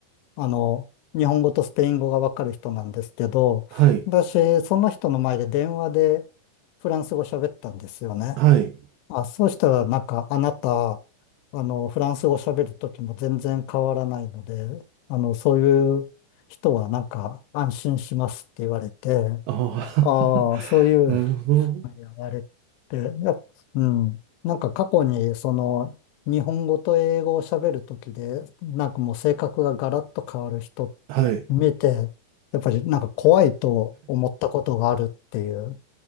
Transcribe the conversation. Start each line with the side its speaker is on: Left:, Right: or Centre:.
Left: あの、日本語とスペイン語がわかる人なんですけど、
Right: はい。
Left: 私、その人の前で電話でフランス語喋ったんですよね。
Right: はい。
Left: あ、そうしたら、なんか、あなた、あの、フランス語喋るときも全然変わらないので、あの、そういう人は、なんか、安心しますって言われて、
Right: ああ、
Left: ああ、
Right: <laughs>
Left: そういう
Right: なるほど。
Left: の言われて、やっうん、なんか過去に、その、日本語と英語を喋るときで、なんかもう性格がガラッと変わる人
Right: はい。
Left: 見て、やっぱりなんか怖いと思ったことがあるっていう、